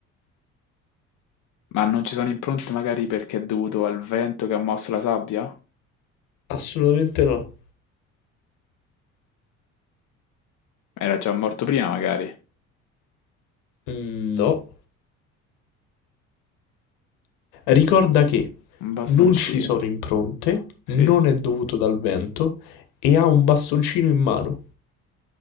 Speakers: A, on the left; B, on the left.
A: Ma non ci sono impronte magari perché è dovuto al vento che ha mosso la sabbia?
B: Assolutamente no.
A: Era già morto prima magari.
B: Mm, No. Ricorda che
A: Un bastoncino.
B: non ci sono impronte,
A: Sì.
B: non è dovuto dal vento e ha un bastoncino in mano.